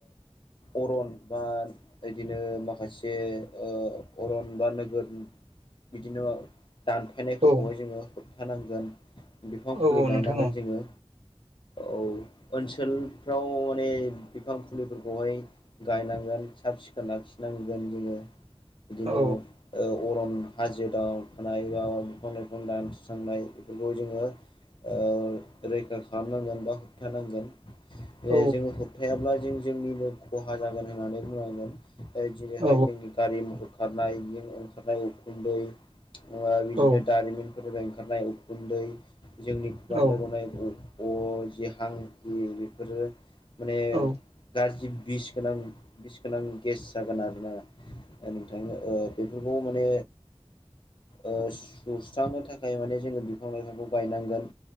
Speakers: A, on the left; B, on the right.
A: अरन बा बिदिनो माखासे अरन बा नोगोर बिदिनो दानफायनायफोरखौहाय
B: औ
A: जोङो होबथानांगोन बिफां
B: औ
A: फुलि गायनांगोन
B: नोंथां औ
A: जोङो औ ओनसोलफ्राव माने बिफां फुलिफोरखौहाय गायनांगोन साब सिखोन लाखिनांगोन जोङो बिदिनो
B: औ
A: ओ अरन हाजो दाव थानायाय बा बिफां लाइफां दानसस्रांनाय बेफोरखौ जोङो ओ रैखा खालामनांगोन बा होबथानांगोन बे
B: औ
A: जोङो होब थायायाब्ला जों जोंनिबो खहा जागोन होननानै बुंनांगोन जनैहाय
B: औ
A: जोंनि गारि मथर खारनाय ओंखारनाय उखुन्दै बिदिनो
B: औ
A: दारिमिन फोरनिफ्राय ओंखारनाय उखुन्दै जोंनि खुगानिफ्राय
B: औ
A: गनाय अ-अ जि हां जि बेफोरो माने
B: औ
A: गाज्रि बिस गोनां बिस गोनां गेस जागोन आरोना नोंथां ओ बे बेफोरखौ माने ओ सुस्रांनो थाखाय माने जोङो बिफां लाइफांखौ गायनांगोन